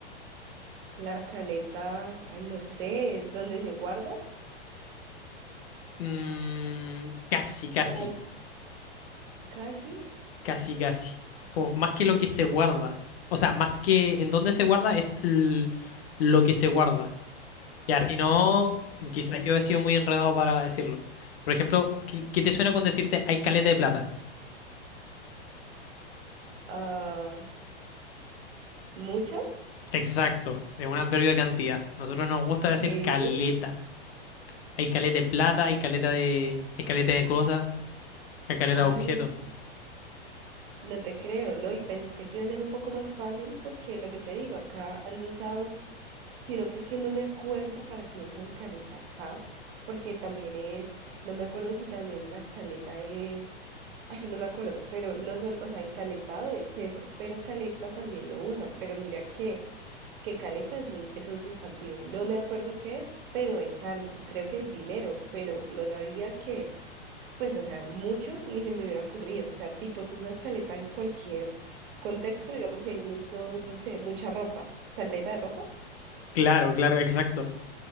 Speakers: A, on the right (about 55°); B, on the left (about 65°).
A: La caleta, ay, no sé, ¿dónde se guarda?
B: Mm, casi, casi.
A: O al- casi.
B: Casi, casi. Es como más que lo que se guarda. O sea, más que en dónde se guarda es l- lo que se guarda. Ya, si no, quizás yo he sido muy enredado para decirlo. Por ejemplo, ¿qué, qué te suena con decirte hay caleta de plata?
A: Ah, ¿mucha?
B: Exacto, es un adverbio de cantidad. Nosotros nos gusta
A: ¿Qué?
B: decir caleta. Hay caleta de plata, hay caleta de, hay caleta de cosas, hay caleta
A: Ay,
B: de objetos.
A: no te creo, ¿no? Y pensé que iba a ser un poco más fácil porque lo que te digo, acá han usado sino que es que no me acuerdo para qué usan caleta acá, porque también es, es- no me acuerdo si también la caleta es, ay, no me acuerdo, pero no solo, o sea, encaletado es eso, pero caleta también lo usan, pero mira que, que caleta es un, es un sustantivo, no me acuerdo qué es, pero es algo, creo que es dinero, pero no sabía que, pues, o sea, muchos ni se me hubiera ocurrido, o sea, tipo, tú usas caleta en cualquier contexto, digamos, si hay muchos, no sé, mucha ropa, caleta de ropa.
B: Claro, claro, exacto.